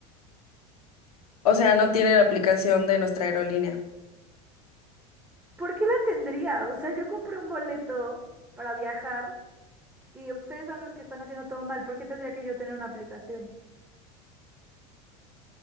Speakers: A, on the left; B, on the right.
A: O sea, no tiene la aplicación de nuestra aerolínea.
B: ¿Por qué la tendría? O sea, yo compré un boleto para viajar y ustedes son los que están haciendo todo mal. ¿Por qué tendría que yo tener una aplicación?